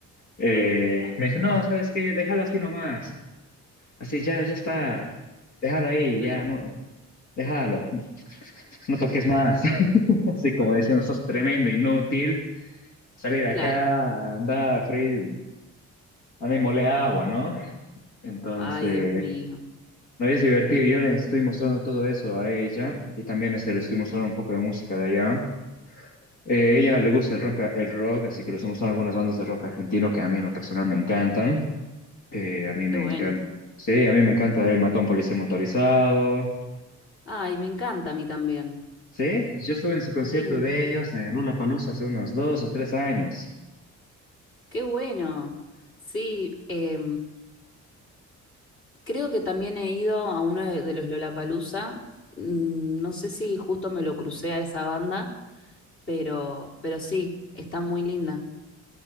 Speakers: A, on the left; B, on the left.
A: Eh, me dice, no, ¿sabes qué? Déjalo así nomás, así ya, ya está, déjalo ahí,
B: Claro,
A: ya, no, déjalo, no toques más. <laughs> Así como diciendo, sos tremendo, inútil, salí de
B: claro.
A: acá, anda, Fred A mí mole agua, ¿no? Entonces,
B: Ay, Dios mío,
A: no es divertido. Yo le estoy mostrando todo eso a ella y también este, le estoy mostrando un poco de música de allá. Eh, ella le gusta el rock, el rock, así que le estoy mostrando algunas bandas de rock argentino que a mí en lo personal me encantan. Eh, a mí
B: qué
A: me
B: bueno.
A: encanta. Sí, a mí me encanta El Matón Policía Motorizado.
B: Ay, me encanta a mí también.
A: Sí, yo estuve en su concierto
B: Sí,
A: de ellos en Lollapalooza hace unos dos o tres años.
B: qué bueno. Sí, eh, Creo que también he ido a uno de, de los Lollapalooza. Mm, No sé si justo me lo crucé a esa banda, pero, pero sí, está muy linda.